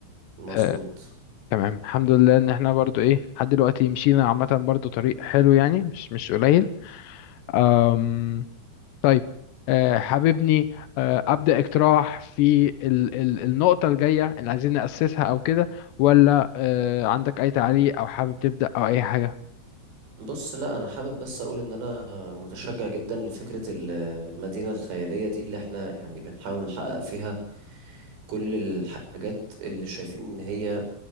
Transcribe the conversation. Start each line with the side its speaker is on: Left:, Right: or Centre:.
Right: مظبوط
Left: آه، تمام الحمد لله ان احنا برضو ايه لحد دلوقتي مشينا عامة برضو طريق حلو يعني مش مش قليل أم طيب أه حاببني أه ابدأ اقتراح في ال ال النقطة الجاية اللي عايزين نأسسها او كده ولا أه عندك اي تعليق او حابب تبدأ او اي حاجة
Right: بص لا انا حابب بس اقول ان انا متشجع جدا لفكرة المدينة الخيالية دي اللي احنا يعني بنحاول نحقق فيها كل الحاجات اللي شايفين ان هي